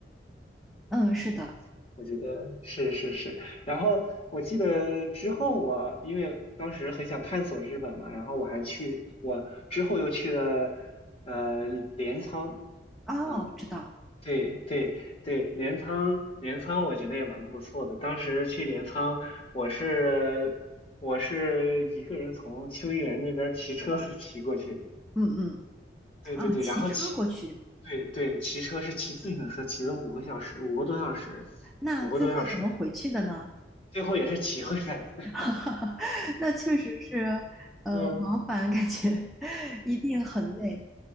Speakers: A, in the centre; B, on the left (about 30°).
A: 嗯，是的。
B: 嗯，我觉得是是是。然后我记得之后我因为当时很想探索日本嘛，然后我还去我之后又去了呃镰仓。
A: 哦，
B: 嗯，
A: 知道。
B: 对对对，镰仓镰仓我觉得也蛮不错的。当时去镰仓，我是我是一个人从秋叶原那边骑车 <laughs> 骑过去的。
A: 嗯嗯。
B: 对对对，
A: 啊，骑车过去，
B: 然后骑对对骑车是骑自行车，骑了五个小时，五个多小时，
A: 那最后怎么回去的呢？
B: 五个多小时，最后也是骑回来的。
A: <laughs> 那确实是，呃，
B: <laughs> 嗯。
A: 往返感觉 <laughs> 一定很累。